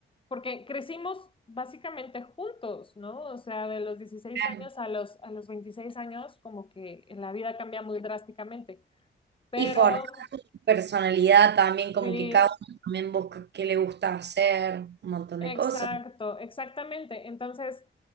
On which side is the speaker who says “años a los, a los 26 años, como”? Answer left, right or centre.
Left